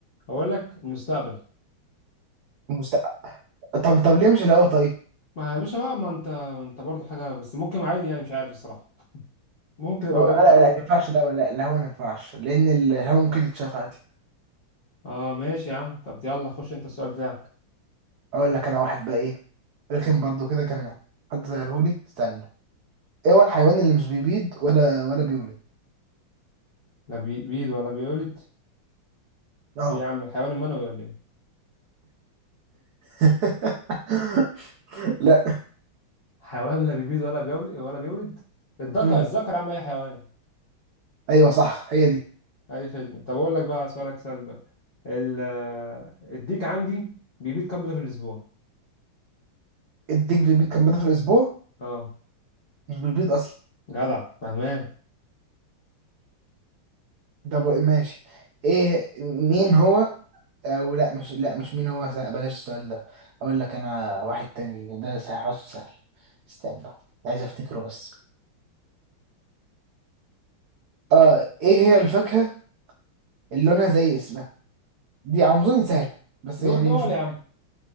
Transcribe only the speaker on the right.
المستقبل طب طب ليه مش الهوا طيب
هو-
لا
لا ما ينفعش الهوا لا الهوا ما ينفعش لان الهوا ممكن يتشاف عادي
اقول لك انا واحد بقى ايه رخم برضو كده كان حد سألهولي استنى ايه هو الحيوان اللي مش بيبيض ولا ولا بيولد
اه
<laughs> لا
مم.
ايوه صح هي دي
الديك بيبيض كام مرة في الاسبوع
مش بيبيض اصلا
ده بقى- ماشي ايه مين هو او لا مش لا مش مين هو سأ- بلاش السؤال ده اقول لك انا واحد تاني ده سهل حاسه سهل استنى عايز افتكره بس اه ايه هي الفاكهة اللي لونها زي اسمها دي على ما اظن سهلة بس يعني
مش مشكلة